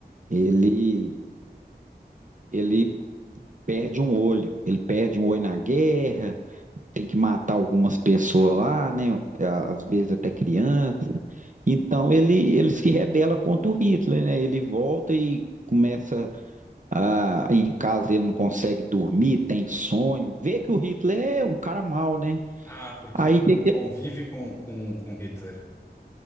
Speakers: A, on the right (about 45°); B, on the left (about 15°).
A: Ele, ele perde um olho, ele perde um olho na guerra, tem que matar algumas pessoas lá, né? Às vezes até criança. Então ele, ele se rebela contra o Hitler, né? Ele volta e começa a, em casa ele não consegue dormir, tem sonho, vê que o Hitler é um cara mau, né?
B: Ah, porque
A: Aí
B: ele
A: que que-
B: convive
A: é?
B: com, com, com Hitler,